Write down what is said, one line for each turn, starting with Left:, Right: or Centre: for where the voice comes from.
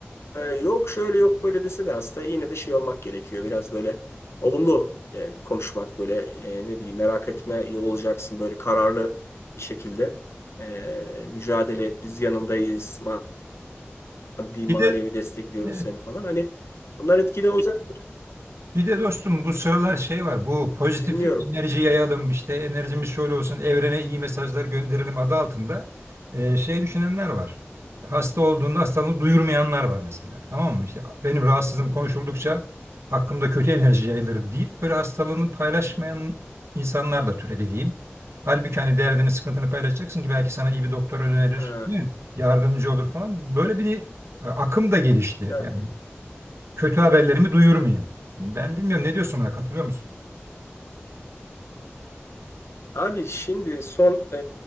Left: e, yok şöyle yok böyle dese de hasta yine de şey olmak gerekiyor. Biraz böyle olumlu e, konuşmak böyle e, ne bileyim merak etme iyi olacaksın böyle kararlı bir şekilde. E, mücadele et biz yanındayız maddi manevi
Right: Bir de
Left: destekliyoruz
Right: E,
Left: seni falan. Hani bunlar etkili olacaktır.
Right: Bir de dostum bu sıralar şey var. Bu pozitif
Left: Dinliyorum.
Right: enerji yayalım işte enerjimiz şöyle olsun evrene iyi mesajlar gönderelim adı altında e, şey düşünenler var. Hasta olduğunda hastalığını duyurmayanlar var mesela. Tamam mı? İşte benim rahatsızlığım konuşuldukça hakkımda kötü enerji yayılır deyip böyle hastalığını paylaşmayan insanlar da türedi diyeyim. Halbuki hani derdini, sıkıntını paylaşacaksın ki belki sana iyi bir doktor önerir,
Left: Ha,
Right: Değil mi? yardımcı olur falan. Böyle bir e, akım da gelişti.
Left: sen-
Right: Yani kötü haberlerimi duyurur muyum? Ben bilmiyorum ne diyorsun buna katılıyor musun?
Left: Abi şimdi son e,